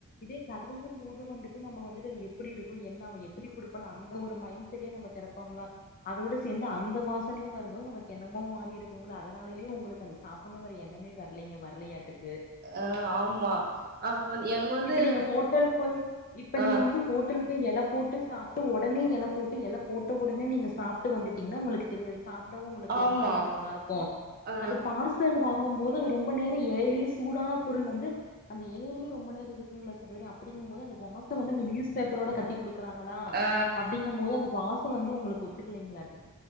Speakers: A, on the left; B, on the right.
A: இதே கடையிலங்க போது வந்துட்டு நம்ம வந்துட்டு அது எப்டி இருக்கோ என்ன அவ எப்டி குடுப்பானோ அந்த ஒரு மைண்ட் செட்டே நம்ம திறப்போங்களா அதோட சேந்து அந்த வாசனையு வரும்போது நமக்கு என்னமோ மாறி இருக்குங்களா அதனாலயு உங்களுக்கு அந்த சாப்புடணுங்கற எண்ணமே வரலைங்க வரலையாட்டுக்
B: ஆஹ ஆமா அப்ப எங்க வந்து
A: இப்ப நீங்க ஹோட்டல் போய் இப்ப
B: ஆ
A: நீங்க வந்து ஹோட்டல் போய் எல போட்டு சாப்ட்டு உட உடனே எல போட்டு எல போட்ட உடனே நீங்க சாப்புட்டு வந்துட்டீங்கன்னா உங்களுக்கு தெரியாது சாப்புடவு உங்களுக்கு
B: ஆமா
A: ஒரு மாதிரி நல்லா இருக்கோ
B: ஆ
A: அது பார்சல் வாங்கும்போது து ரொம்ப நேர எலையிலேயே சூடா பொருள் வந்து அந்த எலையிலயே ரொம்ப நேரோ இருக்குங்களா சகோதரி அப்டிங்கும் போது அந்த வாசோ வந்து அந்த நியூஸ் பேப்பரோட கட்டி குடுக் கறாங்களா
B: ஆ
A: அப்டிங்கும் போது அந்த வாச வாசோ வந்து உங்களுக்கு ஒத்துக்கலைங்களாட்டிருக்கு